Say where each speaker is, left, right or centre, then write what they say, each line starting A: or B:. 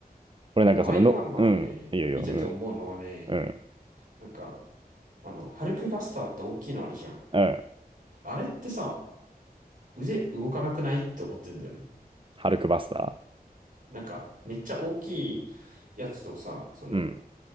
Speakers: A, on the right; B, on the right.
A: 俺なんかその、
B: でもアイアンマンね、
A: の、うん、いいよいいよ、
B: 見てて思うのはね、
A: うん、うん、
B: なんか、あの、ハルクバスターって大きいのあるじゃん。
A: うん。
B: あれってさ、腕動かなくないって思ってんだよね。
A: ハルクバスタ
B: なんか、めっちゃ大きいやつをさ、その、
A: ー。うん。